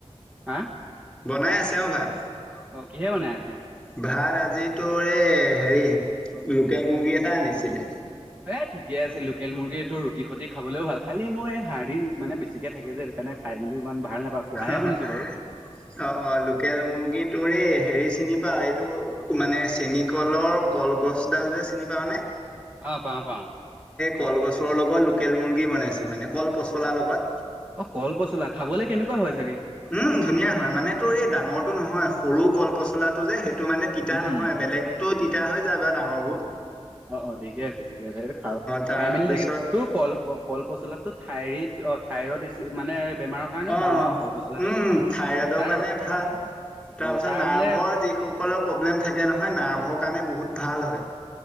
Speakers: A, on the right (about 15°); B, in the centre.
A: হাহ।
B: বনাই আছে অ, ভাত।
A: অ, কিহে বনাই আছে।
B: ভাত আজিতো এই হেৰি লোকেল মুৰ্গী এটা আনিছিলে।
A: এ ঠিকে আছে লোকেল মুৰ্গীটো ৰুটি সতি খাবলৈও ভালী মই হাড়ি মানে বেছিকৈ থাকে যে সেই কাৰণে খাই মেলি ইমান ভাল নাপাওঁ খোৱাহে
B: অ
A: শুনিছো বাৰু।
B: - অ - অ লোকেল মুৰ্গীত তোৰৰে হেৰি চিনি পাও এইটো মানে চেনী কলৰ কলগছডাল যে চিনি পাও নে।
A: অ, পাও- পাও।
B: কলগছৰ লগত লোকেল মুৰ্গী বনাইছে মানে কল পচলাৰ লগত।
A: অ, কল পচলা খাবলে কেনেকুৱা হৈ হৈছে।
B: উম, ধুনীয়া হয় মানে তোৰ এই ডাঙৰটো নহয় সৰু কল পচলাটো যে সেই টো মানে তিতা
A: উম,
B: নহয় বেলেগটো তিতা হৈ যায় বাৰু ডাঙৰ বোৰ
A: অ - অ ঠিকে আছে ঠিকে আছে এইটো খা
B: তাৰপিছত
A: খাই মেলি থাকিম তোৰ কল - কল পচলা তো ঠাইৰিত অ, ঠাইৰত এছি মানে বেমাৰৰ কাৰণেও
B: অ, উম,
A: ভাল ন কল পচলাটো
B: থাইৰইডৰ
A: তাৰ
B: কাৰণে ভাল। তাৰপিছত
A: অ তাৰ
B: নাৰ্ভৰ
A: বোলে
B: যিসকলৰ প্ৰব্লেম থাকে নহয় নাৰ্ভৰ কাৰণে বহুত ভাল হয়।